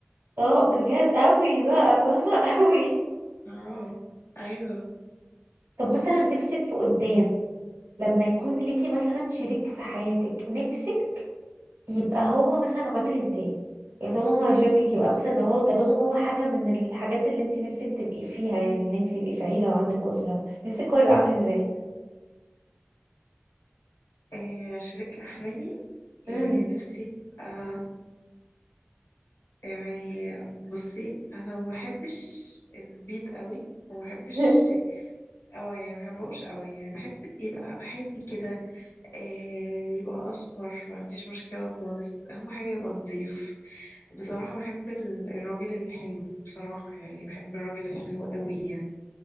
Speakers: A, on the right (about 75°); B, on the left (about 75°).
A: اه بجد قوي بقى فاهمة <laughs> قوي
B: اه ايوه
A: طب مثلا نفسك في قدام لما يكون ليكي مثلا شريك في حياتك نفسك يبقى هو مثلا عامل ازاي يعني طالما هو هيشاركك يبقى مثلا لو هو طالما هو حاجة من الحاجات اللي انت نفسك تبقي فيها يعني ان انت تبقي في عيلة وعندك أسرة نفسك هو يبقى عامل ازاي
B: آه شريك احلامي آه
A: امم
B: نفسي يبقى يعني بصي انا ما بحبش البيض قوي وما بحبش
A: <laughs>
B: اه يعني ما بحبهمش قوي يعني بحب يبقى محاوي كده آه يبقى اسمر ما عنديش مشكله خالص اهم حاجه يبقى نظيف بصراحه بحب ال- الراجل الحلو بصراحه يعني بحب الراجل الحلو قوي يعني